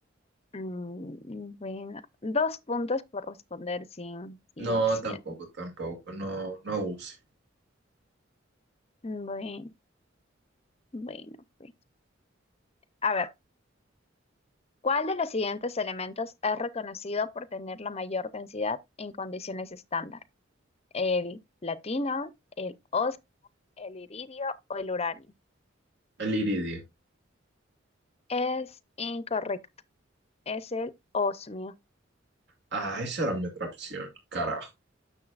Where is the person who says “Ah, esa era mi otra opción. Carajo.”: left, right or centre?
Right